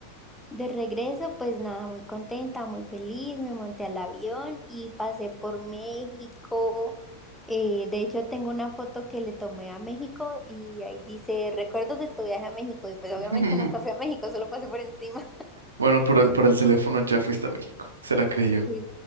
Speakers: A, in the centre; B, on the right.
A: De regreso, pues nada, muy contenta, muy feliz, me monté al avión y pasé por México. Eh, de hecho, tengo una foto que le tomé a México y ahí dice, recuerdos de tu viaje a México. Y pues obviamente
B: <laughs>
A: nunca fui a México, solo pasé por encima.
B: Bueno, pero el- para el teléfono ya fuiste a México, se la creyó.
A: Sí,